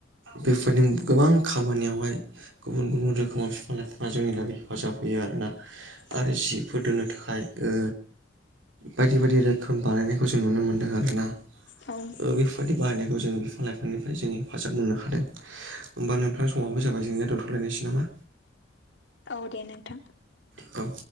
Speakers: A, on the right (about 80°); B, on the left (about 65°).
A: बेफोरनि गोबां खामानियावहाय गुबुन गुबुन रोखोमाव बिफां-लाइफांङा जोंनि थाखायै हेफाजाब होयो आरोना।
B: औ
A: आरो जिफोर दोननो थाखाय ओ बायदि बायदि रोखोम बानायनायखौ जों नुनो मोन्दों आरो ना।
B: औ
A: ओ बेफोरबायदि बाहायनायखौ जोङो बिफां-लाइफांनिफ्राय जोङ हेफाजाब मोननो हादों। होमबा नोंथांनि समावबो जाबाय जेंनाया दोनथ'लायनोसै नामा?
B: औ दे नोंथां।
A: औ